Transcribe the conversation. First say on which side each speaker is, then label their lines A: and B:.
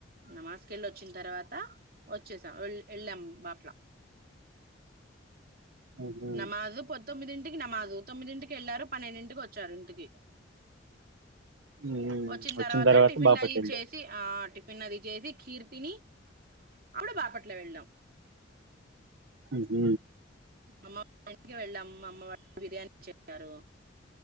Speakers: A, on the right (about 50°); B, on the right (about 80°).
A: నమాజ్ కెళ్ళి వోచ్చిన తర్వాత వచ్చేసాం వఏ వెళ్ళాం అట్లా
B: మ్హూ
A: నమాజు పొంద్ తొమ్మిదింటికి నమాజూ తొమ్మిదింటికి ఎళ్ళారు పన్నెండింటికి వచ్చారు ఇంటికి
B: మ్మ్
A: వచ్చిన తర్వాత టిఫిన్
B: బాపట్ల
A: లాగించేసి
B: వెళ్ళారు
A: ఆహ్ టిఫిన్ పన్నది చేసి కీర్ తిని అప్పుడు బాపట్ల వెళ్ళాం
B: హు హు
A: అమ్మంటికి వెళ్ళాం మా అమ్మ వా బిర్యానీ చేశారు